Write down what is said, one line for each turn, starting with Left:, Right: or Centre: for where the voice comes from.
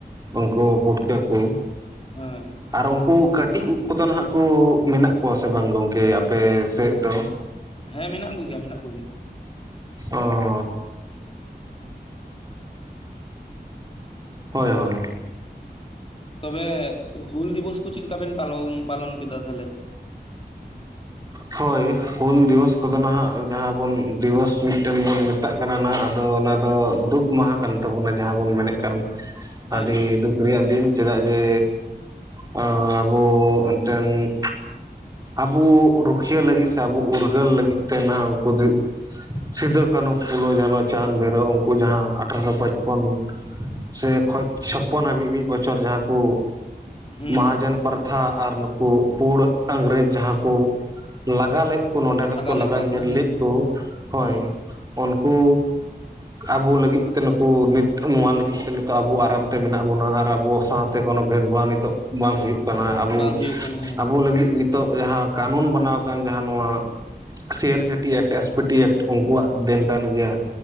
Right: ᱩᱱᱠᱩ ᱯᱩᱴᱠᱟᱹ ᱠᱚ
Left: ᱦᱮᱸ
Right: ᱟᱨ ᱩᱱᱠᱩ ᱠᱟᱹᱴᱤᱡ ᱩᱫ ᱠᱚᱫᱚ ᱱᱟᱦᱟᱜ ᱠᱚ ᱢᱮᱱᱟᱜ ᱠᱚᱣᱟ ᱥᱮ ᱵᱟᱝ ᱜᱚᱝᱠᱮ ᱟᱯᱮ ᱥᱮᱫ ᱫᱚ?
Left: ᱦᱮᱸ ᱢᱮᱱᱟᱜ ᱠᱚᱜᱮᱭᱟ ᱢᱮᱱᱟᱜ ᱠᱚᱜᱮᱭᱟ
Right: ᱚᱻ ᱦᱳᱭ ᱦᱳᱭ,
Left: ᱛᱚᱵᱮ ᱦᱩᱞ ᱫᱤᱵᱚᱥ ᱠᱚ ᱪᱤᱫ ᱞᱤᱠᱟᱵᱮᱱ ᱯᱟᱞᱚᱢ ᱯᱟᱞᱚᱱ ᱠᱮᱫᱟ ᱛᱟᱦᱞᱮ?
Right: ᱦᱳᱭ ᱦᱩᱞ ᱫᱤᱵᱚᱥ ᱠᱚᱫᱚ ᱱᱟᱦᱟᱜ ᱡᱟᱦᱟᱸ ᱵᱚᱱ ᱫᱤᱵᱚᱥ ᱢᱤᱫᱴᱮᱱ ᱵᱚᱱ ᱢᱮᱛᱟᱜ ᱠᱟᱱᱟ ᱱᱟᱦᱟᱜ ᱟᱫᱚ ᱚᱱᱟ ᱫᱚ ᱫᱩᱠ ᱢᱟᱦᱟ ᱠᱟᱱ ᱛᱟᱵᱚᱱᱟ ᱡᱟᱦᱟᱸ ᱵᱚᱱ ᱢᱮᱱᱮᱫ ᱠᱟᱱ
Left: ᱦᱳᱭ
Right: ᱟᱹᱰᱤ
Left: ᱦᱳᱭ
Right: ᱫᱩᱠ ᱨᱮᱭᱟᱜ ᱫᱤᱱ ᱪᱮᱫᱟᱜ ᱡᱮ ᱟᱵᱚ ᱮᱱᱛᱮᱱ ᱟᱵᱚ ᱨᱩᱠᱷᱤᱭᱟᱹ ᱞᱟᱹᱜᱤᱫ ᱥᱮ ᱟᱵᱚ ᱩᱨᱜᱟᱹᱞ ᱞᱟᱹᱜᱤᱫ ᱛᱮ ᱱᱟᱦᱟᱜ ᱩᱱᱠᱩ ᱫᱚ ᱥᱤᱫᱩ ᱠᱟᱹᱱᱩ ᱯᱷᱩᱞᱳ ᱡᱟᱱᱚ ᱪᱟᱸᱫᱽ ᱵᱷᱟᱭᱨᱳ ᱩᱱᱠᱩ ᱡᱟᱦᱟᱸ ᱟᱴᱷᱨᱚᱥᱚ ᱯᱟᱸᱪᱯᱚᱱ ᱥᱮ ᱠᱷᱚᱡ ᱪᱷᱟᱯᱚᱱ ᱦᱟᱹᱵᱤᱡ ᱢᱤᱫ ᱵᱚᱪᱷᱚᱨ ᱡᱟᱦᱟᱸ ᱠᱚ
Left: ᱦᱩᱸ
Right: ᱢᱟᱦᱟᱡᱚᱱ ᱯᱟᱨᱛᱷᱟ ᱟᱨ ᱱᱩᱠᱩ ᱯᱩᱲ ᱟᱹᱝᱨᱟᱹᱪ ᱡᱟᱸᱦᱟ ᱠᱚ ᱞᱟᱜᱟ ᱞᱮᱫ ᱩᱱᱠᱩ ᱱᱚᱸᱰᱮ ᱠᱷᱚᱡ ᱠᱚ
Left: ᱞᱮᱫ
Right: ᱞᱟᱜᱟ
Left: ᱠᱚᱣᱟ
Right: ᱧᱤᱨ
Left: ᱦᱮᱸ
Right: ᱞᱤᱫ ᱠᱩ ᱦᱳᱭ
Left: ᱦᱩᱸ
Right: ᱩᱱᱠᱩ ᱟᱵᱚ ᱞᱟᱹᱜᱤᱫ ᱛᱮ ᱱᱩᱠᱩ ᱱᱤᱛ ᱱᱚᱣᱟ ᱞᱟᱹᱜᱤᱫ ᱛᱮ ᱱᱤᱛᱚᱜ ᱟᱵᱚ ᱟᱨᱟᱢ ᱛᱮ ᱢᱮᱱᱟᱜ ᱵᱚᱱᱟ ᱟᱨ ᱟᱵᱚ ᱥᱟᱶ ᱛᱮ ᱠᱳᱱᱳ ᱵᱷᱮᱫᱽ ᱵᱷᱟ ᱱᱤᱛᱚᱜ ᱵᱟᱝ ᱦᱩᱭᱩᱜ ᱠᱟᱱᱟ ᱟᱵᱩ
Left: ᱵᱟᱝ ᱦᱩᱭᱩᱜ ᱠᱟᱱᱟ ᱦᱮᱸ
Right: ᱟᱵᱚ ᱞᱟᱹᱜᱤᱫ ᱱᱤᱛᱚᱜ ᱡᱟᱦᱟᱸ ᱠᱟᱹᱩᱱ ᱵᱟᱱᱟᱣ ᱟᱠᱟᱱ ᱡᱟᱦᱟᱸ ᱱᱚᱣᱟ᱾ C N city act S ᱯᱤᱴᱤ act ᱩᱱᱠᱩᱣᱟᱜ ᱫᱮᱱ ᱠᱟᱱ ᱜᱮᱭᱟ᱾